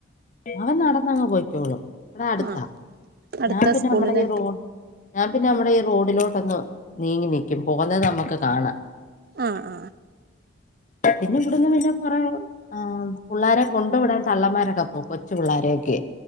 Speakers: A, on the left; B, on the right.
A: അവൻ നടന്നങ്ങ് പോയിക്കോള്ളു ഇവിടെ അടുത്താ
B: ആഹ് അടുത്ത
A: ഞാൻ പിന്നെ
B: സ്കൂളില്
A: നമ്മടെ ഈ റോഡ് ഞാൻ പിന്നെ നമ്മടെ ഈ റോഡിലോട്ടൊന്ന് നീങ്ങി നിക്കും പോകുന്നത് നമ്മുക്ക് കാണാം.
B: ആഹ് ആ..
A: പിന്നെ ഇവിടന്ന് പിന്നെ കൊറെ ആ പിള്ളാരെ കൊണ്ടു വിടാൻ തള്ളന്മാരൊക്കെ കൊച്ചു പിള്ളോരെയൊക്കെ